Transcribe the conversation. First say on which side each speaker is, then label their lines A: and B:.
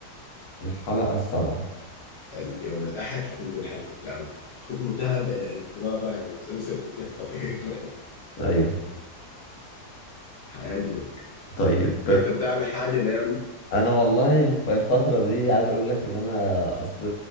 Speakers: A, on the left; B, on the left.
A: الحلقة السابعة
B: اليوم الاحد حتنزل الحلقه الثامنه اخوك متابع يعني انت ما فاهم المسلسل بجد خطير <laughs>
A: أيوه
B: حيعجبك
A: طيب
B: انت متابع حاجه الايام دي
A: انا والله الف- الفتره دي عايز اقول لك ان انا اصل